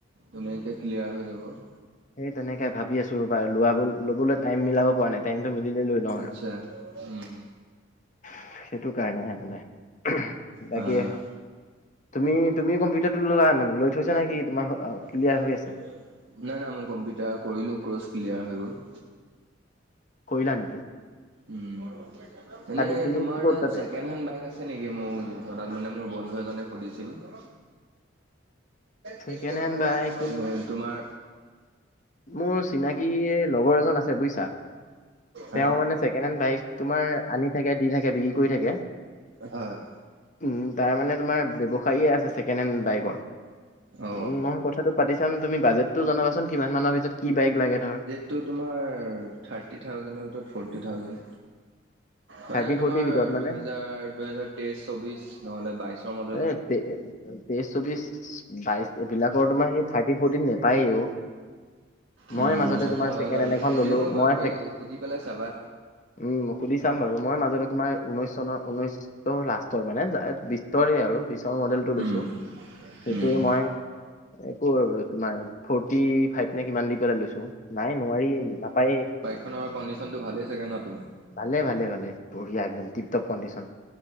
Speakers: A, on the right; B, on the left.
A: ধুনীয়াকে ক্লিয়াৰ হৈ যাব। <inaudible>
B: সেই তেনেকে ভাবি আছো ৰবা লোৱা <unintelligible> ল'বলৈ টাইম মিলাব পৰা নাই, টাইমটো মিলিলে লৈ লওঁ আৰু
A: আচ্ছা উম
B: <unintelligible> সেইটো কাৰণেহে মানে <unintelligible>
A: হয়
B: বাকী তুমি-তুমি কম্পিউটাৰটো ললা মানে, লৈ থৈছা না কি তোমাৰ <unintelligible>
A: <unintelligible>
B: হৈ আছে
A: নাই-নাই মই কম্পিউটাৰ কৰিলো ক্ৰচ ক্লিয়াৰ হৈ গ'ল।
B: কৰিলা নেকি?
A: উম এনে
B: তাতে তুমি
A: তোমাৰ
B: ক'ত
A: তাত
B: তাতে
A: ছেকেণ্ড হেণ্ড বাইক আছে ছে নেকি মোক জনাত মানে মোৰ বন্ধু এজনে সুধিছিল এইটো
B: ছেকেণ্ড
A: কেই
B: হেণ্ড
A: টকা এইয়া
B: বাইক
A: এ তোমাৰ
B: মোৰ চিনাকি লগৰ এজন আছে বুজিছা তেওঁ
A: হে
B: মানে ছেকেণ্ড হেড বাইক তোমাৰ আনি থাকে দি থাকে বিক্ৰী কৰি থাকে
A: হয়
B: উম তাৰ মানে তোমাৰ ব্যৱসাইয়ে আছে ছেকেণ্ড হেণ্ড বাইকৰ
A: অ
B: উম মই কথাটো পাতি চাম তুমি বাজেটটো জনাবাচোন কিমান মানৰ ভিতৰত কি বাইক লাগে ধৰ
A: টো তোমাৰ থাৰ্টি থাউজেণ্ড ভিতৰত ফৰ্টি থাউজেণ্ড মানে
B: থাৰ্টি
A: তোমাৰ
B: ফৰ্টিৰ ভিতৰত মানে
A: দুহেজাৰ দুহেজাৰ তেইশ চৌবিশ নহ'লে বাইশৰ ম
B: এ তে তেইশ চৌবিশ বাইশ এইবিলাকৰ তোমাৰ সেই থাৰ্টি ফৰ্টিত নেপাই অও
A: উম,
B: মই মাজতে
A: সেইটো
B: তোমাৰ
A: হয়
B: ছেকেণ্ড
A: বাৰু
B: হেণ্ড এখন ললো
A: তেওঁ এবাৰ
B: মই
A: তুমি
B: ছে
A: সুধি পেলাই চাবা।
B: উম সুধি চাম বাৰু মই মাজতে তোমাৰ ঊনৈশ চনৰ ঊনৈশৰ লাষ্টৰ মানে বিছ তৰে আৰু পিছৰ মডেলটো লৈছোঁ
A: উম,
B: সেইটোৱে
A: উম।
B: মই একো তোমাৰ ফৰ্টি ফাইভ নে কিমান দি পেলাই লৈছো নাই নোৱাৰি নাপায়েই
A: খনৰ কণ্ডিচনটো ভালেই চাগে ন তোমাৰ
B: ভালে ভালে ভালে বঢ়িয়া একদম টিপ টপ কণ্ডিচন